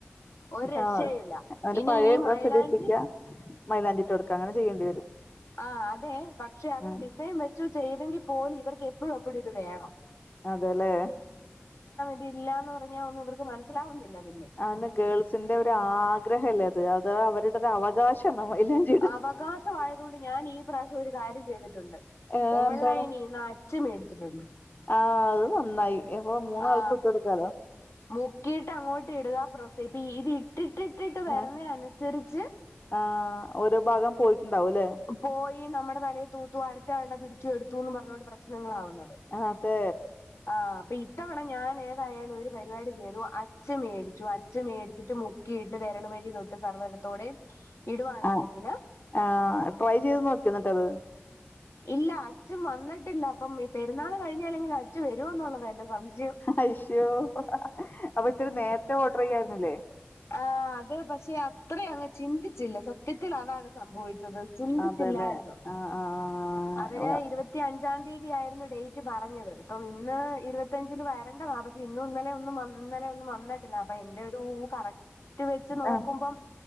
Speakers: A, on the left; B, on the left.
A: ഒരു രക്ഷയില്ല
B: ആഹ് അവന്റ
A: ഇനി
B: പഴേ
A: ഈ
B: ഡ്രസ്സ്
A: മൈലാഞ്ചി
B: ഇടിപിക്യ- മൈലാഞ്ചിട്ടൊട്ക്ക അങ്ങനെ ചെയ്യണ്ടി വരും.
A: ആഹ് അതെ പക്ഷെ അത്
B: ആ
A: ഡിസൈൻ വെച്ചു ചെയ്തെങ്കി പോലും ഇവർക്ക് എപ്പഴും എപ്പഴും ഇത് വേണം.
B: അതെ ലേ
A: ഇത് ഇല്ല എന്ന് പറഞ്ഞാ ഒന്നും ഇവർക്ക് മനസ്സിലാവുന്നില്ല പിന്നെ.
B: അതനെ ഗേൾസിന്റെ ഒരു ആഗ്രഹല്ലേ അത് അത് അവരുടെ ഒരു അവകാഷാണ് മൈലാഞ്ചി
A: അവകാഷം ആയതുകൊണ്ട് ഞാൻ ഈ പ്രാവശ്യം ഒരു കാര്യം ചെയ്തിട്ടുണ്ട്
B: ഏ
A: ഓൺലൈനിന്ന്
B: എന്താ
A: അൻ- അഞ്ച് മേടിച്ചിട്ടുണ്ട്
B: ആഹ് അത് നന്നായി ഇപ്പോ മൂന്നാൾക്കും
A: ആ
B: ഇട്ട് കൊടുക്കാലോ
A: മുക്കിയിട്ട് അങ്ങോട്ട് ഇടുക <inaudible> ഇത് ഇട്ടിട്ടിട്ടിട്ട് വരുന്ന
B: ഏഹ്
A: അനുസരിച്ച്.
B: ആഹ് ഓരോ ഭാഗം പോയിട്ടുണ്ടാവും ല്ലെ
A: പോയി ന്നമ്മടെ തലയിൽ തൂത്തു അടുത്ത ആളെ പിടിച്ചു എടുത്തുന്ന് പറഞ്ഞുകൊണ്ട് പ്രശ്നങ്ങളാവുന്നത്.
B: അതേ
A: ആഹ് അപ്പ ഇത്തവണ ഞാൻ ഏതായാലും ഒരു പരിപാടി ചെയ്തു അച്ച് മേടിച്ചു അച്ച് മേടിച്ചിട്ട് മു- മുക്കി ഇട്ട് വെരല് വഴി തൊട്ട് സർവരത്തോടേം ഇടുവാണെന്നെങ്കില്
B: ആഹ് ആഹ് ട്രൈ ചെയ്ത് നോക്കിയൊ എന്നിട്ടത്.
A: ഇല്ല അച്ഛും വന്നിട്ടില്ല അപ്പം ഈ പെരുന്നാൾ കഴിഞ്ഞാലെങ്കും അച്ചു വരോ എന്നുള്ളതാ എന്റെ സംശയം
B: അശ്യോ അപ്പൊ ഇത്തിരി നേരത്തെ ഓർഡർ ചെയ്യായിരുന്നില്ലേ?
A: ആഹ് അത് പക്ഷെ അത്ര അങ്ങ് ചിന്തിച്ചില്ല സത്യത്തിൽ അതാണ് സംഭവിച്ചത് ചിന്തിച്ചില്ലായിരുന്നു
B: അതെല്ലേ ആഹ്
A: അവര്
B: ആഹ്
A: ഇരുപത്തിയഞ്ചാം തീയതി ആയിരുന്നു ഡേറ്റ് പറഞ്ഞത് ഇപ്പം ഇന്ന് ഇരുപത്തിഞ്ച് വരേണ്ടതാ പക്ഷെ ഇന്നും ഇന്നലെ ഒന്നുംന്നലെ ഒന്നും വന്നിട്ടില്ല അപ്പൊ എന്റെറെ ഒരു കറക് റ്റ് വെച്ച് നോക്കുമ്പം
B: ആഹ്